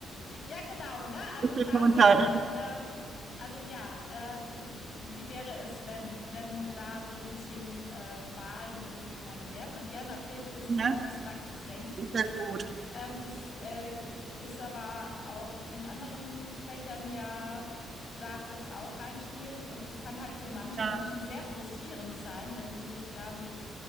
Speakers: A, on the left; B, on the right.
A: Ja, genau, ne? Also
B: Das hilft
A: tatsächlich,
B: mir unter,
A: ähm, also ja, äh, wie wäre es, wenn, wenn da so ein bisschen äh, Wahlmöglichkeiten wären? Und ja, natürlich ist es
B: ne?
A: abstraktes Denken.
B: Ist ja gut.
A: Ähm, das äh, ist aber auch in anderen Fächern ja, darf das auch reinspielen und es kann halt für manche
B: Ja.
A: Menschen sehr frustrierend sein, wenn sie sich da mit